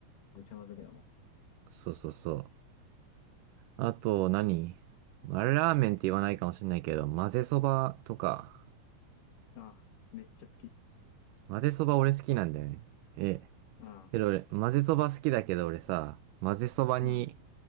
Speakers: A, on the left (about 80°); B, on the right (about 85°).
A: ぐちゃ混ぜだよ、も
B: そうそうそう。あと何、まあれラーメンって言わないかもしんないけど、混ぜそばとか。
A: う。ああ、めっちゃ好き。
B: 混ぜそば俺好きなんだよね。え、
A: あ
B: けど俺、混ぜそば好きだけど俺さ、混ぜそばに
A: あ、う